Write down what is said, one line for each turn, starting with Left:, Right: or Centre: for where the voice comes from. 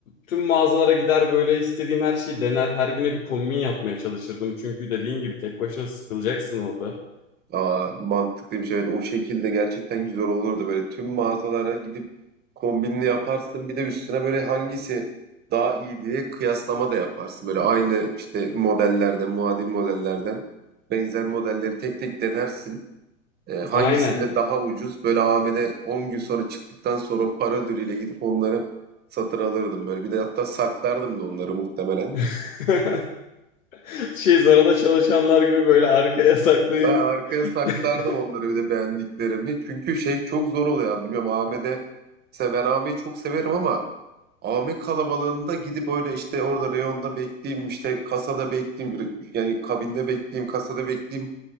Left: tüm mağazalara gider böyle istediğim her şeyi dener. Her güne bir kombin yapmaya çalışırdım. Çünkü dediğin gibi tek başına sıkılacaksın orada.
Right: Aa, mantıklıymış evet o şekilde gerçekten güzel olurdu böyle tüm mağazalara gidip kombinini yaparsın bir de üstüne böyle hangisi daha iyi diye kıyaslama da yaparsın böyle aynı işte modellerden muadil modellerden benzer modelleri tek tek denersin ee, hangisinde
Left: Aynen.
Right: daha ucuz böyle AVM'de 10 gün sonra çıktıktan sonra o para ödülüyle gidip onları satın alırdım böyle bir de hatta saklardım da onları muhtemelen
Left: <laughs> Şey Zara'da çalışanlar gibi böyle arkaya saklayıp
Right: Ben arkaya
Left: <laughs>
Right: saklardım onları bir de beğendiklerimi. Çünkü şey çok zor oluyor. yani. Bilmiyorum Ahmet'e. Mesela ben Ahmet'i çok severim ama Ahmet kalabalığında gidip öyle işte orada reyonda bekleyeyim, işte kasada bekleyeyim, yani kabinde bekleyeyim, kasada bekleyeyim.